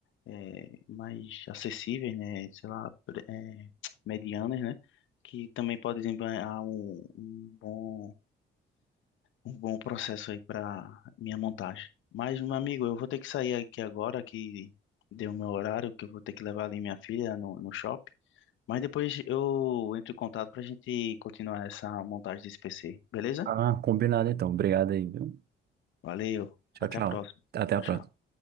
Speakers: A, on the left; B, on the right.
A: é, mais acessíveis, né? Sei lá, pre- é, <tsk> medianas, né? Que também podem desempenhar um, um bom um bom processo aí para minha montagem. Mas, meu amigo, eu vou ter que sair aqui agora, que deu o meu horário, que eu vou ter que levar ali minha filha no, no shopping. Mas depois eu entro em contato para a gente continuar essa montagem desse PC, beleza?
B: Ah, combinado então. Obrigado aí, viu?
A: Valeu,
B: Tchau,
A: até
B: tchau.
A: a próxima.
B: Até a
A: Tchau,
B: próxima.
A: tchau.